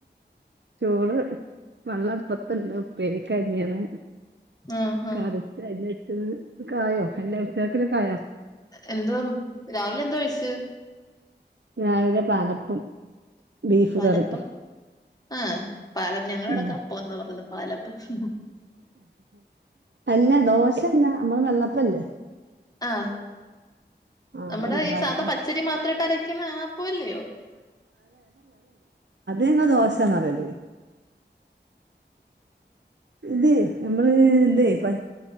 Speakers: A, on the right (about 75°); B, on the left (about 20°).
A: ചോറ് വെള്ളം അടുപ്പത്തുണ്ട് ഉപ്പേരിക്ക്അരിയണം
B: ആഹ് ആഹ്
A: ക്യാരറ്റ് അരിഞ്ഞു വെയ്ക്കുന്നു കായോ എല്ലാം ഉച്ചക്കന്ക്ക് കായോ
B: എന്തോ രാവിലെ എന്തോ കഴിച്ച്
A: രാവിലെ പാലപ്പം ബീഫ്
B: പാലപ്പം
A: കറി
B: ആ പാലപ്പം ഞങ്ങളടെവിടക്കെ
A: ഉം
B: അപ്പന്നാ പറഞ്ഞയുന്നത് പാലപ്പം <inaudible>
A: അല്ല ദോശല്ല നമ്മള് വെള്ളപ്പല്ലേ
B: ആ
A: ആഹ്
B: നമ്മുടെ
A: അതന്നെ
B: ഈ
A: പാലപ്പം
B: സാധാ പച്ചരി മാത്ര ഇട്ട് അരക്കുന്ന ആ അപ്പല്ലിയോ
A: ങ്ങ ദോശന്ന് പറയും ഇത് നമ്മള് ഇതേ ഇപ്പ